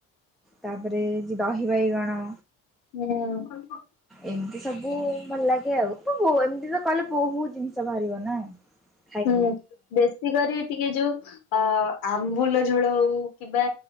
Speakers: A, in the centre; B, on the left (about 90°).
A: ତାପରେ ଯେ ଦହି ବାଇଗଣ
B: ହୁଁ କହିବ।
A: ଏମତି ସବୁ ଭଲ ଲାଗେ ଆଉ ଏମତି ତ କଲେ ବହୁତ ଜିନିଷ ବାହାରିବ ନା ହଁ <unintelligible>
B: ହୁଁ ବେଶୀ କରି ଟିକେ ଯୋଉ ଅ ଆମ୍ବୁଲ ଝୋଳ ହଉ କିମ୍ବା